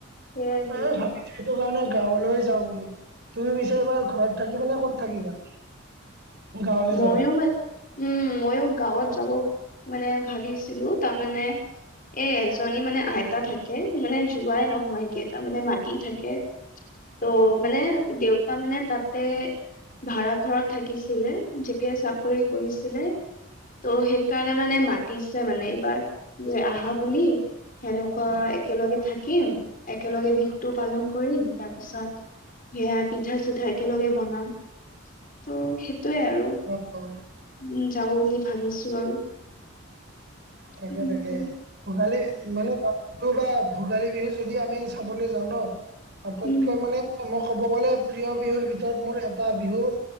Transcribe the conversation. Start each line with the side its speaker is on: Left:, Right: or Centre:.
Left: সেয়াই সেয়াই।
Right: এ ভাবিছো সেইটো কাৰণে গাঁৱলৈ যাওঁ বুলি তুমি পিছে এইবাৰ ঘৰত থাকিবা নে ক'ত থাকিবা গাঁৱলে
Left: ময়ো
Right: যাবা
Left: ম উম মইয়ো গাঁৱত যাব মানে ভাবিছিলো তাৰ মানে এ এজনী মানে আইতা থাকে মানে যোৱাই নহয় গেই তাৰ মানে মাতি থাকে ত' মানে দেউতা মানে তাতে ভাৰা ঘৰত থাকিছিলে যেতিয়া চাকৰি কৰিছিলে তো সেইকাৰণে মানে মাতিছে মানে এইবাৰ তুমি আহা বুলি সেনেকুৱা একেলগে থাকিম একেলগে বিহুতটো পালন কৰিম তাৰপিছত সেয়া পিঠা চিঠা একেলগে বনাম তো সেইটোয়ে আৰু
Right: ও ও
Left: উম যাব বুলি ভাবিছোঁ আৰু
Right: তাকে
Left: উম
Right: তাকে
Left: উম
Right: ভোগালী মানে বিহু বা ভোগালী বিহু যদি আমি চাবলৈ যাওঁ ন আটাইতকৈ
Left: উম
Right: মানে মই ক'ব গ'লে প্ৰিয় বিহুৰ ভিতৰত মোৰ এটা বিহু